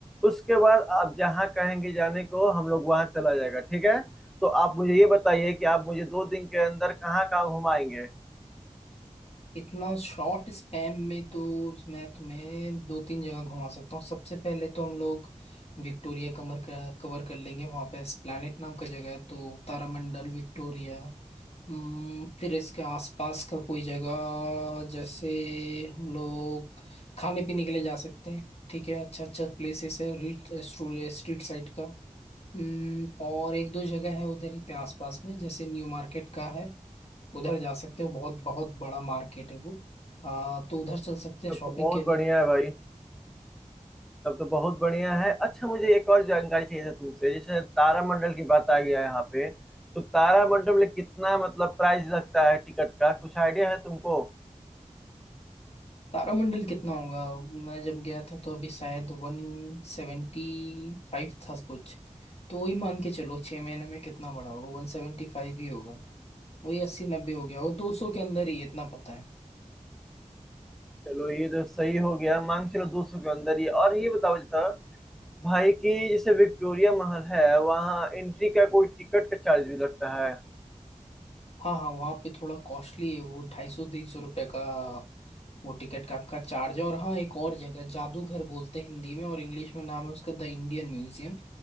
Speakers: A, in the centre; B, on the left.
A: उसके बाद आप जहाँ कहेंगे जाने को हम लोग वहाँ चला जाएगा ठीक है तो आप मुझे ये बताइए कि आप मुझे दो दिन के अंदर कहाँ कहाँ घुमाएंगे
B: इतना शॉर्ट स्पैम में तो मैं तुम्हें दो तीन जगह घुमा सकता हूँ सबसे पहले तो हम लोग विक्टोरिया कमर कवर कर लेंगे वहाँ पे एस्प्लैनेट नाम का जगह है तो तारामंडल विक्टोरिया हम्म, फिर इसके आसपास का कोई जगह जैसे हम लोग खाने पीने के लिए जा सकते हैं ठीक है अच्छा अच्छा प्लेसेस है रीट स्ट्रीट साइड का हम्म, और एक दो जगह है उधर ही पे आसपास में जैसे न्यू मार्केट का है उधर जा सकते हो बहुत बहुत बड़ा मार्केट है वो आ, तो उधर चल सकते हैं
A: तब
B: शॉपिंग
A: तो बहुत
B: के लिए
A: बढ़िया है भाई तब तो बहुत बढ़िया है अच्छा मुझे एक और जानकारी चाहिए था तुमसे जैसे तारामंडल की बात आ गया यहाँ पे तो तारामंडल में कितना मतलब प्राइस लगता है टिकट का कुछ आइडिया है तुमको
B: तारामंडल कितना होगा मैं जब गया था तो अभी शायद वन सेवेंटी फाइव था कुछ तो वही मान के चलो छः महीने में कितना बड़ा होगा वन सेवेंटी फाइव ही होगा वही अस्सी नब्बे हो गया वो दो सौ के अंदर ही इतना पता है
A: चलो ये तो सही हो गया मान के चलो दो सौ के अंदर ही और ये बताओ था भाई कि जैसे विक्टोरिया महल है वहाँ एंट्री का कोई टिकट का चार्ज भी लगता है
B: हाँ हाँ वहाँ पे थोड़ा कॉस्टली है वो ढाई सौ तीन सौ रुपये का वो टिकट का का चार्ज है और हाँ एक और जगह जादूघर बोलते हैं हिंदी में और इंग्लिश में नाम है उसका द इंडियन म्यूजियम